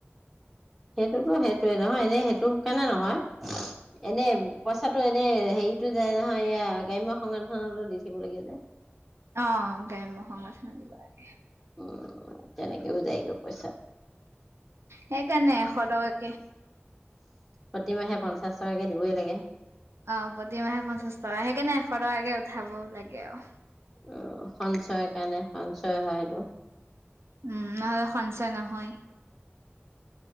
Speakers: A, in the centre; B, on the right.
A: সেইটোতো সেইটোয়ে নহয় এনে সেইটো কাৰণে নহয় এনে পইচাটো এনে হেৰিতটো যায় নহয় এ গ্ৰাম্য সংগঠনতো দি থিব লাগে যে।
B: অ গ্ৰাম্যসংগঠনতো দিব লাগে
A: উম তেনেকেও যায়গৈ পইচা।
B: সেইকাৰণে এশ টকাকে।
A: প্ৰতিমাহে পঞ্চাশ টকাকে দিবই লাগে।
B: অ প্ৰতিমাহে পঞ্চাশ টকা সেইকাৰণে এশ টকাকে উঠাব লাগে আৰু।
A: উ সঞ্চয় কাৰণে সঞ্চয় হয় সেইটো।
B: উম নহ'লে সঞ্চয় নহয়।